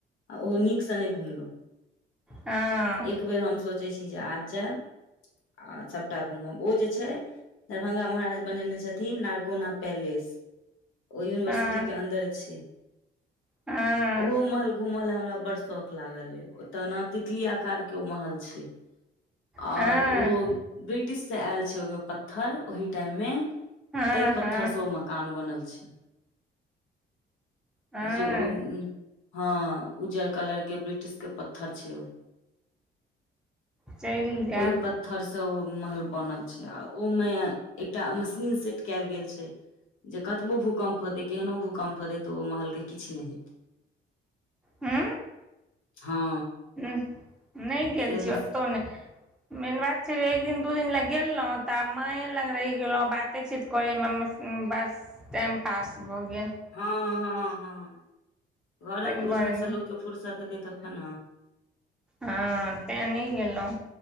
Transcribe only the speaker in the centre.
हँ
हँ
हँ
हँ
हँ
हँ
हँ
चलि जायब
ह
ह नहि गेल
छी
ओतो नै मेन बात छै जे एक दिन दू दिन लै गेलो तऽ माँए लग रहि गेलहुँ बाते चीत करै मे म्म बस टाइम पास भऽ गेल
ताहि
दुआरे नहि
हँ ते नै गेलहुँ